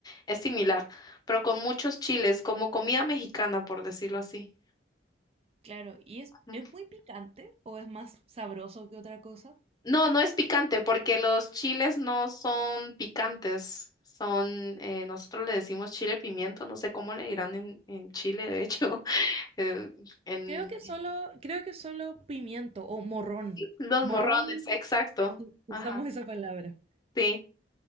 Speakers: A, on the left (about 20°); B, on the right (about 30°).
A: Es similar, pero con muchos chiles, como comida mexicana, por decirlo así.
B: Claro, ¿y es,
A: Ujú.
B: es muy picante o es más sabroso que otra cosa?
A: No, no es picante porque los chiles no son picantes. Son, eh, nosotros le decimos chile pimiento, no sé cómo le dirán en, en Chile, de hecho, <laughs> eh, en
B: Creo que solo, creo que solo pimiento o morrón.
A: los
B: Morrón,
A: morrones, exacto.
B: sí, usamos
A: Ajá,
B: esa palabra.
A: sí.